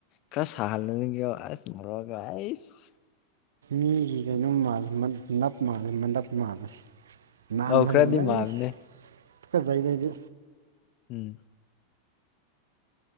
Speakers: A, on the left; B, on the right.
A: ꯈꯔ ꯁꯥꯍꯜꯂꯒꯦꯒ꯭ꯌꯣ ꯑꯁ ꯃꯣꯔꯣꯛꯀ ꯑꯩꯏꯁ
B: ꯃꯤꯒꯤ ꯀꯩꯅꯣꯝ ꯃꯥꯜꯂꯦ ꯃꯟ ꯅꯞ ꯃꯥꯜꯂꯦ ꯃꯅꯞ ꯃꯥꯜꯂꯦ ꯅꯥꯟꯃꯟꯗꯅ
A: ꯑꯧ ꯈꯔꯗꯤ ꯃꯥꯕꯅꯦ
B: ꯑꯩꯏꯁ ꯐꯖꯩꯅꯦ ꯑꯩꯗꯤ
A: ꯎꯝ